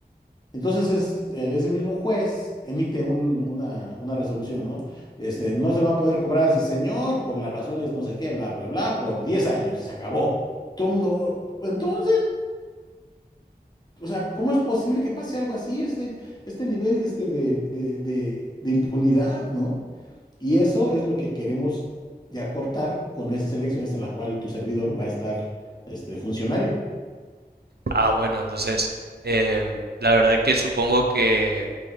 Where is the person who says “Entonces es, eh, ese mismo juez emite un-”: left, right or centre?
Left